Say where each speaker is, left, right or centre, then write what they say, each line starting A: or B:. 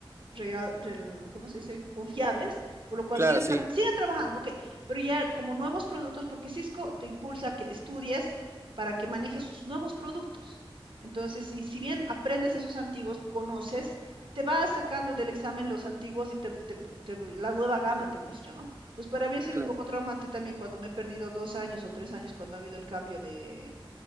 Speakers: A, on the right; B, on the right.
A: real, rel- ¿cómo se dice? Confiables, por lo cual
B: claro,
A: siguen,
B: sí,
A: tra- siguen trabajando, ok, pero ya como nuevos productos, porque Cisco te impulsa a que estudies para que manejes sus nuevos productos. Entonces, si, si bien aprendes esos antiguos, conoces, te vas sacando del examen los antiguos y te, te pu- te- la nueva gama te muestra, ¿no? Entonces, para mí ha sido
B: claro,
A: un poco traumante también cuando me he perdido dos años o tres años cuando ha habido el cambio de,